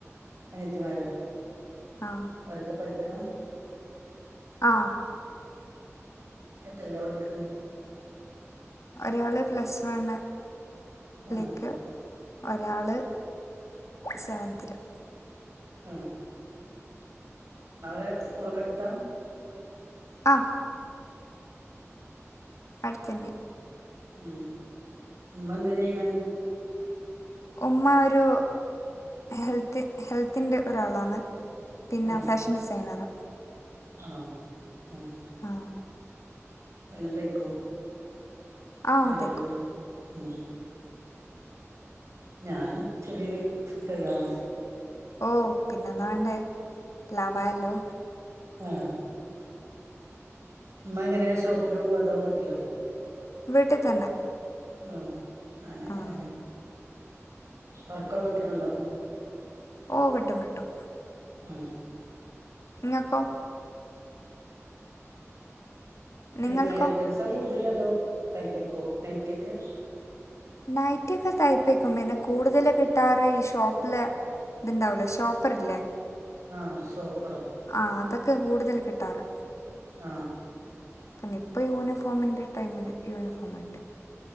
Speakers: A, on the right; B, on the left.
A: അനത്തിമാരോ
B: ആ
A: ഒരൊക്കെ പഠിക്ക് ഇക്ക
B: ആ
A: എത്രിലപടിക്കണെ
B: ഒരാള് പ്ലസ് വൺ
A: ആഹ്
B: ലേക്ക് ഒരാള് സെവന്തില്
A: ആ അവരെ സ്കൂളൊക്കെ അടുത്താ
B: അ അടുത്തന്നെയ
A: ഉം ഇമ്മ എന്താ ചെയ്യണെ.
B: ഉമ്മ ഒരു ഹെൽത്ത് ഹെൽത്തിന്റെ ഒരാളാണ് പിന്നെ
A: ഏഹ്
B: ഫാഷൻ ഡിസൈനറ
A: ആണോ ഉം
B: ആ
A: എല്ലാം തയ്ക്കോ
B: ആ
A: ടൈലറിങ്ങാണ്
B: തയ്ക്കും
A: ഉം ഞാനും ചെറിയൊരു ടെയിലറാണ്
B: ഓ പിന്നെന്താ വേണ്ടേ ലാഭായല്ലോ
A: ആ ഉമ്മ എങ്ങനെ ഷോപ്പില് പോവാ അതോ വീട്ടിലോ
B: വീട്ടീ തന്നെ
A: ആ ആന
B: ആ
A: അങ്ങനെ വർകൊക്കെ കിട്ടനുണ്ടോ
B: ഓ കിട്ടും കിട്ടും
A: ഉം
B: ഇങ്ങക്കോ
A: റെഡിമേഡ്
B: നിങ്ങൾക്കോ
A: ഐറ്റംസാ കുടു കൂലതോ തയ്പ്പിക്കുവോ നൈറ്റിയൊക്കെ
B: നൈറ്റൊക്കെ തൈപ്പിക്കും പിന്നെ കൂടുതല് കിട്ടാറ് ഈ ഷോപ്പില് ഇത്ണ്ടാവലോ ഷോപ്പറില്ലേ
A: ആ സോപ്പ്
B: ആ അതൊക്കെ കൂടുതൽ കി ക്കിട്ടാറ്
A: ആ
B: പിന്നെ ഇപ്പ യൂണിഫോമിന്റെ ടൈമില് യൂണിഫോം ഇട്ട്